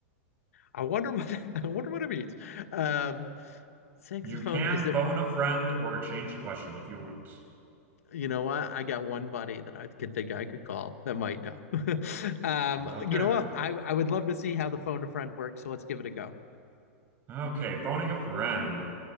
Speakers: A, on the left; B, on the right.
A: I wonder what that, <laughs> I wonder what it means. Um, saxophone.
B: You can
A: Is there?
B: phone a friend or exchange a question if you want.
A: You know what? I got one buddy that I could think I could call that might know. <laughs> Um,
B: Okay.
A: you know what? I I would love to see how the phone a friend works. So let's give it a go.
B: Okay, phoning a friend.